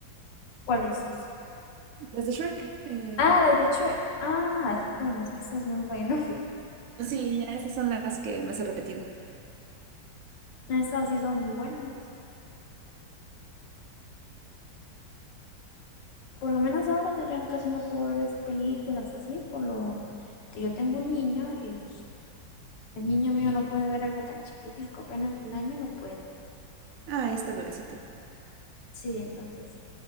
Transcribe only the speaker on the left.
¿Cuál es eso?
Ah, las de Chue. Ah, bueno, es que eso es muy bueno.
<laughs> Esas sí son muy buenas. Por lo menos ahora yo ya no- casi no puedo ver así películas así, por lo que yo tengo un niño y el niño mío no puede ver algo tan chiquitico, apenas de un año no puede.
Sí, entonces